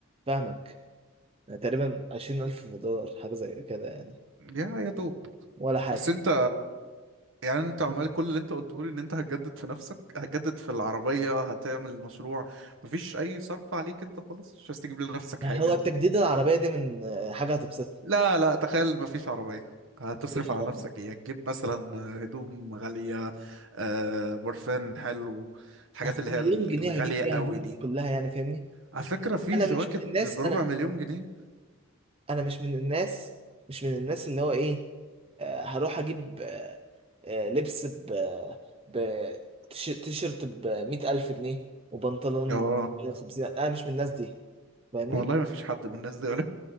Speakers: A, on the right; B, on the right.
A: فاهمك تقريبا عشرين ألف دولار حاجة زي كده يعني
B: يا يا دوب
A: ولا حاجة
B: بس انت يعني انت عمال كل اللي انت قلته لي ان انت هتجدد في نفسك هتجدد في العربية هتعمل مشروع مفيش اي صرف عليك انت خالص مش عايز تجيب لنفسك
A: ما
B: حاجة
A: هو التجديد العربية دي من آه، حاجة هتبسطني
B: لا لا تخيل مفيش عربية هتصرف
A: مش عربية
B: على نفسك ايه هتجيب مثلا هدوم غالية آه، برفان حلو الحاجات
A: أصل
B: اللي
A: مليون
B: هي ال-
A: جنيه
B: الغالية
A: هجيب بيها
B: قوي
A: هدومي
B: دي
A: كلها يعني فاهمني
B: على فكرة في
A: أنا
B: جواكت
A: مش من الناس
B: بربع
A: أنا
B: مليون جنيه
A: أنا مش من الناس مش من الناس اللي هو إيه آه، هروح أجيب آه، آه، لبس ب ب تيش- تيشيرت ب 100000 جنيه وبنطلون
B: اه
A: ب 50 أنا مش من الناس دي فاهمني
B: والله مفيش حد من الناس دي ولا